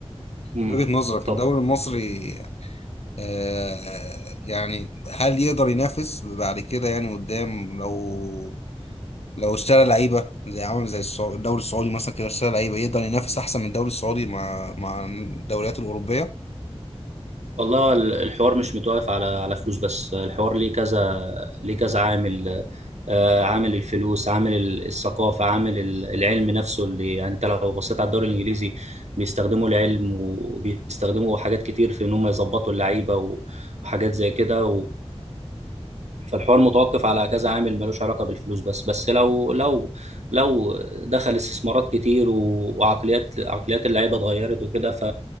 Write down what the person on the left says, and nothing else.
من وجهة نظرك
الدوري المصري آه يعني هل يقدر ينافس بعد كده يعني قدام لو لو اشترى لعيبة زي عمل زي السعو- الدوري السعودي مثلا كده اشترى لعيبة يقدر ينافس أحسن من الدوري السعودي مع مع الدوريات الأوروبية